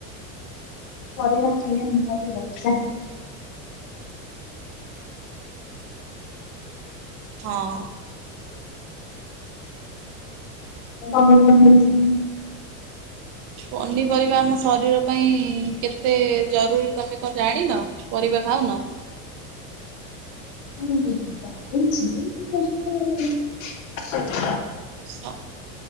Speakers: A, on the left; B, on the right.
A: ପରିବା ଖାଇବା ନିହାତି ଦରକାର।
B: ହଁ।
A: <unintelligible>
B: ପନିପରିବା ଆମ ଶରୀର ପାଇଁ କେତେ ଜରୁରୀ ତମେ କଣ ଜାଣିନ? ପରିବା ଖାଉନ?
A: <unintelligible>
B: ଶ